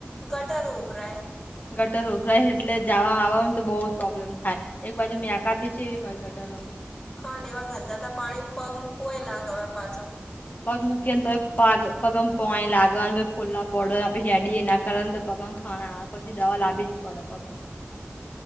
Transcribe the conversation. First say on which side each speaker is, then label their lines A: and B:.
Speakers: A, on the left; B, on the left.
A: ગટર ઉભરાય.
B: ગટર ઉભરાય એટલે જવામાં આવવાવામાં તો બહુ જ પ્રોબ્લેમ થાય એક બાજુ મેં આતીવી હોય બેટર હતો.
A: હા ને એવા ગંદાતા પાણી પગ મૂકવું હોય ગમે પાછો.
B: પગ મૂકીને તો પગ પગ પોય લાગવા ફુલ્લા પડ પછ શેડી એના કર પગ ખાના પછી દવા લાવી જ પડે પગમે.